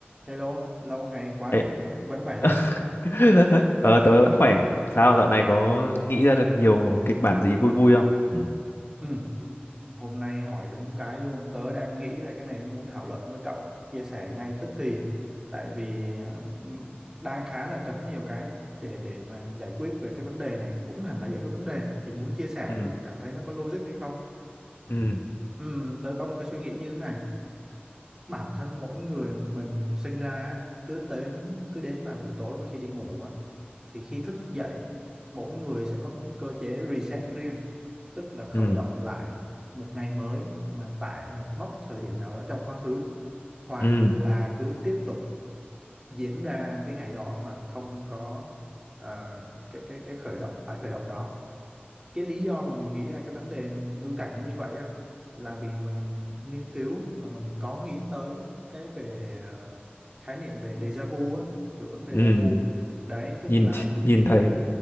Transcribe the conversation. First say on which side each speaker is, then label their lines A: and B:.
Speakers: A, on the right (about 20°); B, on the left (about 70°).
A: Hello, lâu ngày quá,
B: Ê,
A: vẫn vẫn khỏe
B: <laughs>
A: chứ?
B: ờ, tớ vẫn khỏe. Sao dạo này có nghĩ ra được nhiều kịch bản gì vui vui không? Ừ.
A: Ừ, hôm nay hỏi đúng cái luôn, tớ đang nghĩ ra cái này muốn thảo luận với cậu, chia sẻ ngay tức thì, tại vì ờ, đang khá là cấn nhiều cái để để mà giải quyết về cái vấn đề này, cũng hẳn là giải quyết vấn đề, chỉ muốn chia sẻ
B: Ừ.
A: thôi, cảm thấy nó có logic hay không?
B: Ừ.
A: Ừ, tớ có một cái suy nghĩ như thế này, bản thân mỗi người mình sinh ra á, cứ đến cứ đến vào buổi tối mà khi đi ngủ á, thì khi thức dậy mỗi người sẽ có một cái cơ chế reset riêng tức là khởi
B: Ừ.
A: động lại một ngày mới mà tại một mốc thời điểm nào đó trong quá khứ hoặc
B: Ừ.
A: là cứ tiếp tục diễn ra cái ngày đó mà không có ờ, cái cái cái khởi động tái khởi động đó cái lý do mà mình nghĩ ra cái vấn đề ngữ cảnh nó như vậy á là vì mình nghiên cứu và mình có nghĩ tới cái về ờ, khái niệm về déjà vu á hiệu ứng déjà
B: Ừ.
A: vu đấy tức
B: Nhìn
A: là
B: nhìn thấy